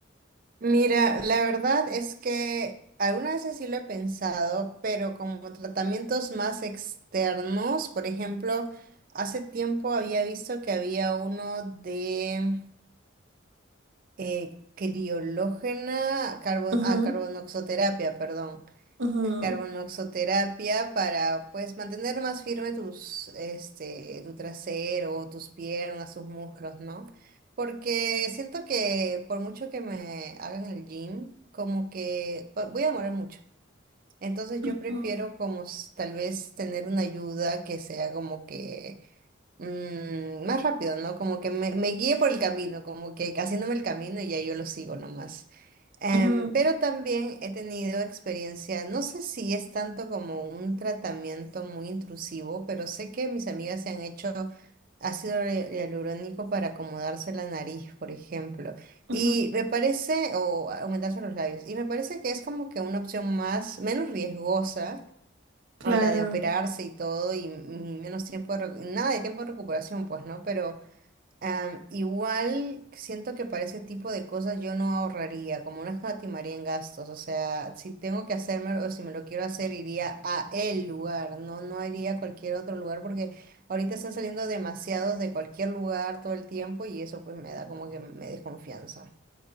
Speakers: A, on the right (about 45°); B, on the right (about 80°).
A: Mira, la verdad es que algunas veces sí lo he pensado, pero como tratamientos más externos, por ejemplo, hace tiempo había visto que había uno de eh, criológena, carbon,
B: Ujú,
A: ah, carbonoxoterapia, perdón.
B: ujú,
A: Carbonoxoterapia para pues mantener más firme tus este tu trasero, tus piernas, tus muslos, ¿no? Porque siento que por mucho que me hagan el gym, como que pa- voy a demorar mucho. Entonces yo
B: ujú,
A: prefiero como s- tal vez tener una ayuda que sea como que mm, más rápido, ¿no? Como que me, me guíe por el camino, como que haciéndome el camino y ya yo lo sigo nomás. Em,
B: ujú,
A: pero también he tenido experiencia, no sé si es tanto como un tratamiento muy intrusivo, pero sé que mis amigas se han hecho ácido hi- hialurónico para acomodarse la nariz, por ejemplo,
B: ujú,
A: y me parece, o aumentarse los labios, y me parece que es como que una opción más, menos riesgosa
B: claro.
A: a la de operarse y todo, y, y menos tiempo de, recu- nada de tiempo de recuperación, pues, ¿no? Pero am, igual siento que para ese tipo de cosas yo no ahorraría, como no escatimaría en gastos, o sea, si tengo que hacerme o si me lo quiero hacer, iría a el lugar, no, no iría a cualquier otro lugar, porque ahorita están saliendo demasiados de cualquier lugar todo el tiempo y eso pues me da como que me desconfianza.